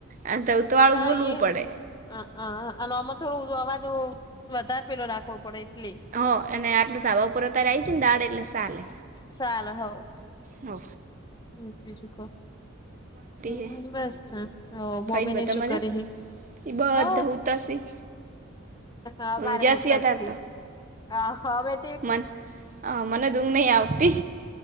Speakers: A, on the right; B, on the left.
A: આ ધવત વાળું
B: હા
A: બોલવું
B: ઇહે
A: પડે
B: હિ હઅ અને આમાં થોડુ અવાજ વધાર પેલો રાખવો પડે એટલે
A: હ અને આટલ ધાબા ઉપર અત્યાર આઈ જઈ ને દાડે એટલે સાલે
B: સાલ હઓ.
A: હઓ
B: હમ્મ બીજુકો હમ્મ
A: હે
B: બસ તાન મોમી
A: ફઈને
B: ને
A: બધા
B: શું
A: મજા
B: કરે હિ
A: એ બધા
B: હ
A: હુતાશી
B: અમારે
A: ઊંઝાશી
B: હું તો
A: અતાર
B: જ છે આ હવે
A: મન મને ઊંઘ નઈ આવતી.